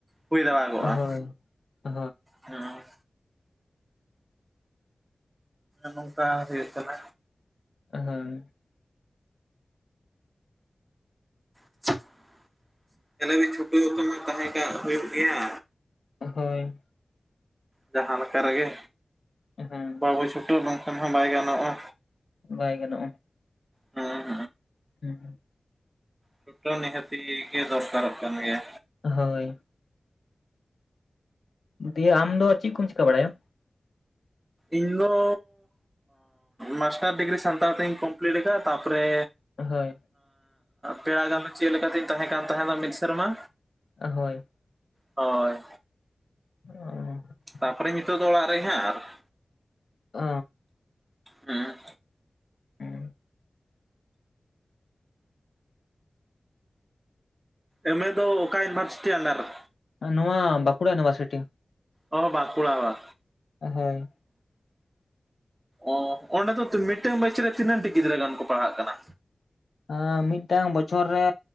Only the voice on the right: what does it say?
ᱦᱩᱭ ᱫᱟᱲᱮ ᱠᱚᱜᱼᱟ
ᱦᱩᱸ᱾ ᱱᱚᱝᱠᱟ ᱦᱩᱭᱩᱜ ᱠᱟᱱᱟ᱾
<inaudible> ᱛᱟᱦᱞᱮ ᱵᱮᱱ ᱪᱷᱩᱴᱟᱹᱣ ᱟᱠᱟᱱᱟ ᱛᱟᱦᱮᱸᱠᱟᱜ ᱦᱩᱭᱩᱜ ᱜᱮᱭᱟ᱾
ᱡᱟᱦᱟᱸ ᱞᱮᱠᱟ ᱨᱮᱜᱮ
ᱵᱟᱵᱚ ᱪᱷᱩᱴᱟᱹᱣ ᱞᱮᱠᱷᱟᱱ ᱦᱚᱸ ᱵᱟᱭ ᱜᱟᱱᱚᱜᱼᱟ᱾
ᱦᱮᱸ
ᱪᱷᱩᱴᱟᱹᱣ ᱱᱤᱦᱟᱹᱛᱤ ᱜᱮ ᱫᱚᱨᱠᱟᱨᱚᱜ ᱠᱟᱱ ᱜᱮᱭᱟ᱾
ᱤᱧᱫᱚ ᱢᱟᱥᱴᱟᱨ ᱰᱤᱜᱽᱨᱤ ᱥᱟᱱᱛᱟᱲ ᱛᱤᱧ ᱠᱚᱢᱯᱤᱞᱤᱴ ᱠᱟᱜᱼᱟ ᱛᱟᱨᱯᱚᱨᱮ
ᱯᱮᱲᱟ ᱜᱟᱱᱩ ᱪᱮᱫ ᱞᱮᱠᱟ ᱛᱤᱧ ᱛᱟᱦᱮᱸ ᱠᱟᱱ ᱛᱟᱦᱮᱸᱱᱟ ᱢᱤᱫ ᱥᱮᱨᱢᱟ᱾
ᱦᱳᱭ᱾
ᱛᱟᱯᱚᱨᱮ ᱱᱤᱛᱳᱜ ᱫᱚ ᱚᱲᱟᱜ ᱨᱮ ᱦᱟᱸᱜ ᱾
ᱦᱩᱸ,
ᱮᱢᱮ ᱫᱚ ᱚᱠᱟ ᱤᱭᱩᱱᱤᱵᱷᱟᱨᱥᱤᱴᱤ ᱟᱱᱰᱟᱨ ᱨᱮ?
ᱚ ᱵᱟᱸᱠᱩᱲᱟ ᱵᱟ,
ᱚ ᱚᱸᱰᱮ ᱫᱚ ᱢᱤᱫᱴᱟᱝ ᱢᱟᱹᱪᱤ ᱨᱮ ᱛᱤᱱᱟᱹᱜ ᱴᱤ ᱜᱤᱫᱽᱨᱟᱹ ᱜᱟᱱ ᱠᱚ ᱯᱟᱲᱦᱟᱜ ᱠᱟᱱᱟ?